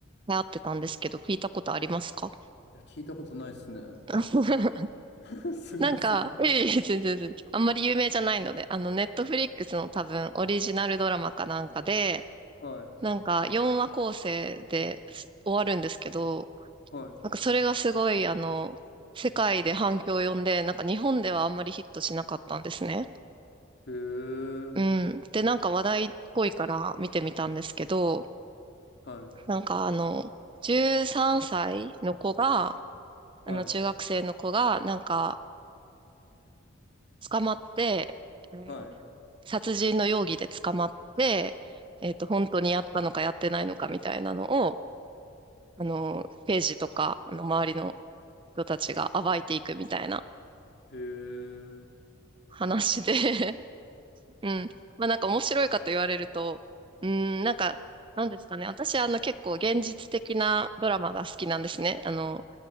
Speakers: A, on the right; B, on the left.
A: 流行ってたんですけど、聞いたことありますか
B: や、聞いたことないですね。
A: <laughs>
B: <laughs> すいません。
A: なんか、いえいえ全然全然。あんまり有名じゃないので、あの、ネットフリックスの多分オリジナルドラマかなんかで、
B: はい。
A: なんか4話構成です終わるんですけど、
B: は
A: なんかそれがすごい、あの、世界で反響を呼んで、なんか日本ではあんまりヒットしなかったんですね。
B: い。へえ。
A: うん。で、なんか話題っぽいから見てみたんですけど、
B: はい。
A: なんかあの、13歳の子が、
B: はい。
A: あの、中学生の子が、なんか、捕まって、えー
B: はい。
A: 殺人の容疑で捕まって、えっと、本当にやったのかやってないのかみたいなのを、あの、刑事とか、あの、周りの人たちが暴いていくみたいな
B: へえ。
A: 話でうん。まあなんか面白いかと言われると、うーん、なんか、なんですかね。私あの結構現実的なドラマが好きなんですね。あの、